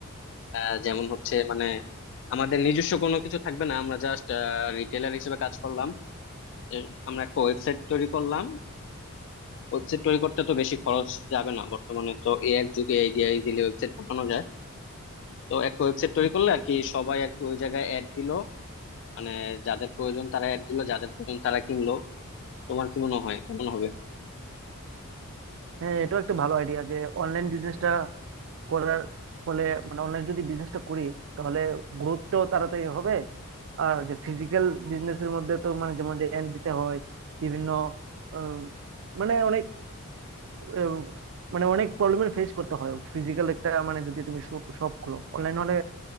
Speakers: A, on the left; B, on the right.
A: আহ যেমন হচ্ছে মানে আমাদের নিজস্ব কোনো কিছু থাকবে না আমরা জাস্ট রিটেলার হিসেবে কাজ করলাম এর- আমরা একটা ওয়েবসাইট তৈরি করলাম ওয়েবসাইট তৈরি করতে তো বেশি খরচ যাবে না বর্তমানে তো এ এক যুগে এই দিয়ে ইজিলি ওয়েবসাইট বানানো যায় তো একটা ওয়েবসাইট তৈরি করলে আর কি সবাই আর কি ওই জায়গায় অ্যাড দিলো মানে যাদের প্রয়োজন তারা অ্যাড দিলো যাদের প্রয়োজন তারা কিনলো তোমার কি মনে হয় কেমন হবে
B: হ্যাঁ এটাও একটা ভালো আইডিয়া যে অনলাইন বিজনেসটা করার ফলে মানে অনলাইন যদি বিজনেসটা করি তাহলে গ্রোথটাও তাড়াতাড়ি হবে আর যে ফিজিক্যাল বিজনেসের মধ্যে তো মানে যেমন রেন্ট দিতে হয় বিভিন্ন উম, মানে অনেক উম, মানে অনেক প্রবলেমের ফেস করতে হয় ফিজিক্যাল একটা মানে যদি তুমি সব খোলো অনলাইন হলে